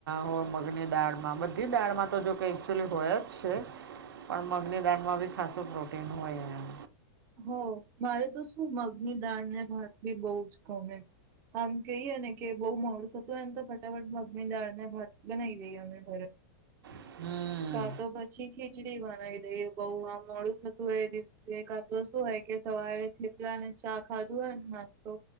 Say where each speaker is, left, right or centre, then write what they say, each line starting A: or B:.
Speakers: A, on the right; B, on the right.
A: હોય મગની દાળમાં બધી દાળમાં તો જો કે એકચુલી હોય જ છે. પણ મગની દાળમાં બી ખાસું પ્રોટીન હોય એમ
B: હો મારે તો શું મગની દાળને ભાત બી બહ જ ગમે. આમ કહીએ ને કે બહુ મોડું થતું હોય તો ફટાફટ મગની દાળ ને ભાત બનાવી દઈએ અમે ઘરે.
A: હમ
B: કા તો પછી ખીચડી બનાવી દઈ બઉ આમ મોડું થતું એ એ દિવસે કા તો શું હોય કે સવારે થેપલા અને ચા ખાધું હોય નાસ્તો.